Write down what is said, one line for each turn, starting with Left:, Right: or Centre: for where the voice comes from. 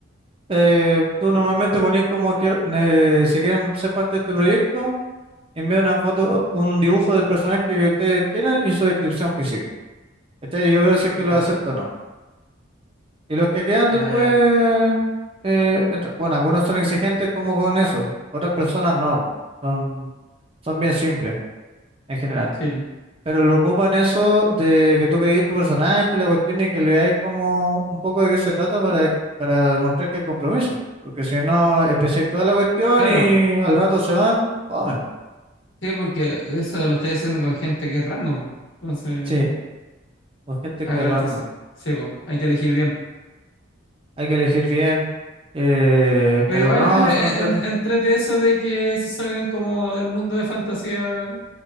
Right: eh, tú normalmente pones como que si quieren ser parte de este proyecto, envía una foto, un dibujo del personaje que ustedes quieran y su descripción física. ¿Cachai? Y yo veo si
Left: ya,
Right: es que lo acepto o no. Y los que quedan
Left: ah,
Right: después,
Left: ya,
Right: eh, en re- bueno, algunos son exigentes como con eso, otras personas no, son, son bien simples en general,
Left: está más chill.
Right: pero lo ocupan eso de que tú crees tu personaje y la cuestión y que le hay como un poco de qué se trata para, para demostrar que hay compromiso, porque si no, empecé toda la cuestión
Left: Claro,
Right: y al rato se van, fome.
Left: sí, porque eso lo estoy haciendo con gente que es random, po. entonces,
Right: Sí, pues gente
Left: ah,
Right: que
Left: claro,
Right: es random,
Left: entonces, sí, po, hay que elegir bien.
Right: hay que elegir bien, eh,
Left: Pero
Right: pero
Left: igual,
Right: no,
Left: eh,
Right: súper entrete.
Left: en- entrete eso de que se salgan como del mundo de fantasía,